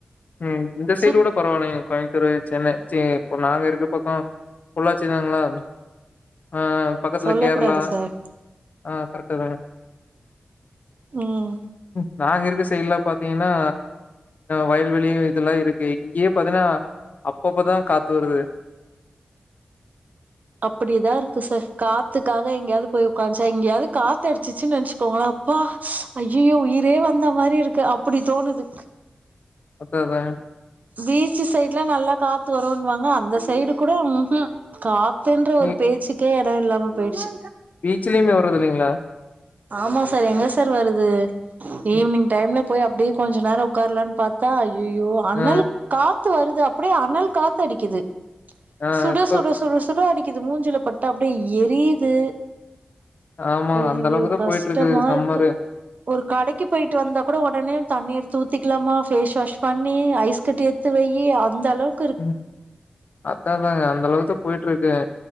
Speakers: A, on the left (about 65°); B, on the right (about 60°).
A: ம் இந்த சைடு
B: சுத்
A: கூட பரவால்லைங்க கோயந்தூரு சென்ன சே இப்ப நாங்க இருக்க பக்கோ பொள்ளாச்சி தானுங்களா ஆ பக்கத்துல
B: சொல்ல
A: கேர்ளா
B: கூடாது சார்
A: ஆ கரெக்ட்டு தான
B: ம்
A: ம் நாங்க இருக்க சைட்லா பாத்தீங்கனா வயல்வெளியு இதுலா இருக்கு இங்கயு பாத்தீனா அப்பப்பதா காத்து வருது
B: அப்டிதா இருக்கு சார் காத்துக்காக எங்கயாவது போய் உக்காஞ்சா எங்கயாவது காத்து அடிச்சிச்சு வசுக்கோங்கள பா அய்யயோ உயிரே வந்த மாரி இருக்கு அப்புடி தோணுது
A: ஒத்துக்கிர்றே
B: பீச் சைடு்ல்லா நல்லா காத்து வருன்னுவாங்க அந்த சைடு கூட காத்துன்ற
A: ம்
B: ஒரு பேச்சுக்கே எடோ இல்லாம போயிர்ச்சு
A: பீச்சுலயுமே வரது இல்லைங்களா
B: ஆமா சார் எங்க சார் வருது?
A: ம்.
B: ஈவினிங் டைம்ல போய் அப்டியே கொஞ்சோ நேரம் உக்காரலான்னு பாத்தா ஐய்யயோ அனல்
A: ஆ
B: காத்து வருது அப்டியே அனல் காத்து அடிக்குது.
A: ஆ
B: சுட
A: இப்ப
B: சுட சுட சுட அடிக்குது மூஞ்சுல பட்டு அப்டியே எரியுது
A: ஆமா
B: அய்யயோ
A: அந்த அளவுக்கு தா
B: கஷ்டமா
A: போயிட்டு இருக்குது சம்மரு
B: இருக்கு ஒரு கடைக்கு போயிட்டு வந்தா கூட உடனே தண்ணிய எடுத்து ஊத்திக்கலாமா பேஸ் வாஷ் பண்ணி ஐஸ் கிட்ட எடுத்து வய்யி அந்தளவுக்கு
A: ம் அத்தாதாங்க அந்த அளவுக்கு போயிட்டு இருக்கேன்